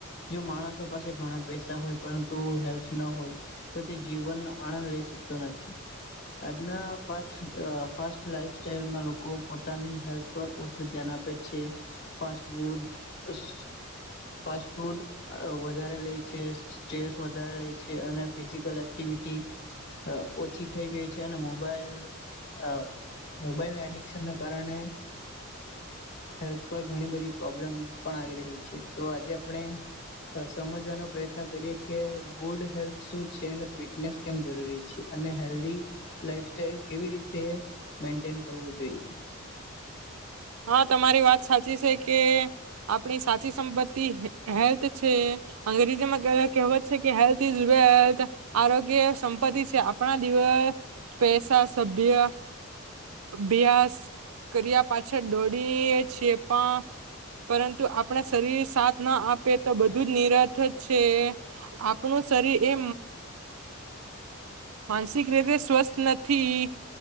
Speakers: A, on the left; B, on the right.
A: જો માણસો પાસે ઘણા પૈસા હોય પરંતુ હેલ્થ ન હોય તો તે જીવન આનંદ લઈ શકતો નથી. આજના ફાસ ફાસ્ટ લાઈફ સ્ટાઈલમાં લોકો પોતાની હેલ્થ પર ઓછું ધ્યાન આપે છે ફાસ્ટ ફૂડ સ ફાસ્ટ ફૂડ વધારે લે છે સ્ટ્રેસ વધારે લે છે અને ફિઝિકલ એક્ટિવિટી અ ઓછી થઈ ગઈ છે અને મોબાઈલ અ મોબાઈલ નેટ વેકેશન કારણે હેલ્થ પર ઘણી બધી પ્રોબ્લેમ પણ આવી રહી છે તો આજે આપણે સમજવાનો પ્રયત્ન કરીએ કે ગુડ હેલ્થ શું છે અને ફિટનેસ કેમ જરૂરી છે અને હેલ્થી લાઈફ સ્ટાઇલ કેવી રીતે મેન્ટેન કરવું જોઈએ.
B: હા તમારી વાત સાચી છે કે આપણી સાચી સંપત્તિ હેલ્થ છે. અંગ્રેજીમાં કહેવત છે કે હેલ્થ ઇઝ વેલ્થ આરોગ્ય સંપત્તિ છે. આપણા દિવસ પૈસા સભ્ય અભ્યાસ કર્યા પા છળ દોડી એ છીએ પણ પરંતુ આપણા શરીર સાથ ના આપે તો બધું જ નિરથ છે આપણું શરીર એ માનસિક રીતે સ્વસ્થ નથી.